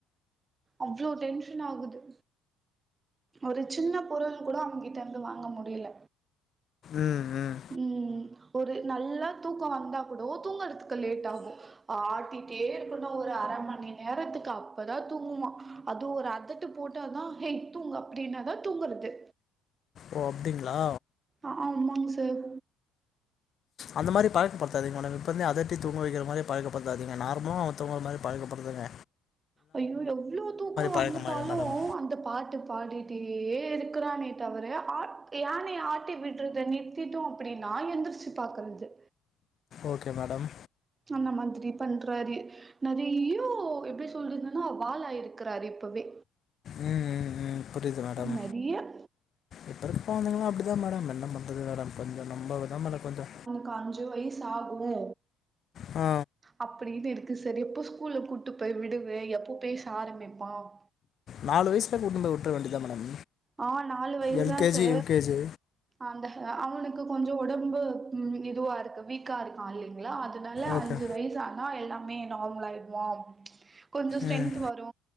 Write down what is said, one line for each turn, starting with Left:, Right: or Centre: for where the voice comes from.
Right: அவ்ளோ டென்ஷன் ஆகுது ஒரு சின்ன பொருள் கூட அவ் கிட்ட இருந்து வாங்க முடில
Left: ம் ம்
Right: ம் ஒரு நல்லா தூக்கோ வந்தா குடோ தூங்கற்த்துக்கு லேட் ஆகு ஆட்டிட்டே இர்க்குனு ஒரு அர மணி நேரத்துக்கு அப்பதா தூங்குவா அது ஒரு அதட்டு போட்டாதா ஹேய் தூங்கு அப்டின்னாதா தூங்குற்து
Left: ஓ அப்டிங்ளா
Right: அஆ ஆமாங் சர்
Left: அந்த மாரி பழக்கப்படுத்தாதிங்க ஒன்னே இப்பமே அதட்டி தூங்க வைக்கிற மாரியே பழகப்படுத்தாதிங்க நார்மூ அவெ தூங்கற மாய் பழகப்படுதுங்க
Right: ஐயோ எவ்ளோ தூக்கோ வந்துட்டாலு
Left: பழக்கமாயிடும் மேடம்
Right: அந்த பாட்டு பாடிட் ட்டியே இருக்குறானே தவரே ஆட் யானைய ஆட்டி விட்றுத நிறத்திட்டோ அப்படின்னா எந்திர்ச்சி பாக்கற்து
Left: ஓகே மேடம்
Right: அந்ந மாத்ரி பண்றாரி நறையோ எப்டி சொல்றதுன்னா வாலாயிருக்குறார் இப்புவே
Left: ம் ம் ம் புரிய்து மேடம்
Right: நெறைய
Left: இப்பருக்கவனுங்களா அப்டிதா மேடம் என்ன பண்றது மேடம் கொஞ்சு நம்பவே தா மேட கொஞ்சோ
Right: கா அஞ்சு வய்ஸ் ஆகுமூ
Left: ஆ
Right: அப்டின்னு இருக்கு சார் எப்போ ஸ்கூல்ல கூட்டு போய் விடுவே எப்போ பேஸ் ஆரம்பிப்பாம்
Left: நாலு வய்ஸுல கூட்னு போய் விட்ற வேண்டிதா மேடம்
Right: அ நாலு வயச்தா
Left: எல்கேஜி
Right: சே
Left: யூகேஜி
Right: அந்த ஹ அவனுக்கு கொஞ்சோ ஒடம்பு ம் இதுவாருக்கு வீக்கா இருக்கா இல்லிங்ளா அது னால
Left: ஓகே
Right: அஞ்சு வயசு ஆனா எல்லாமே நார்மலாயிட்வாம் கொஞ்சோ ஸ்ட்ரென்த்து
Left: ம்
Right: வரு